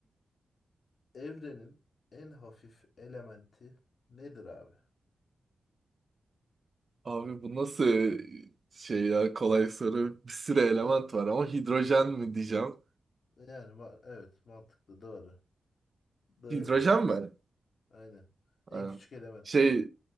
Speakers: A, on the left (about 70°); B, on the right (about 45°).
A: Evrenin en hafif elementi nedir abi?
B: Abi bu nasıl şey ya kolay soru. Bir sürü element
A: Ha,
B: var ama hidrojen mi diyeceğim.
A: Yani ma- evet mantıklı doğru. Doğru.
B: Hidrojen mi?
A: Aynen. En
B: Aynen.
A: küçük element
B: Şey
A: abi.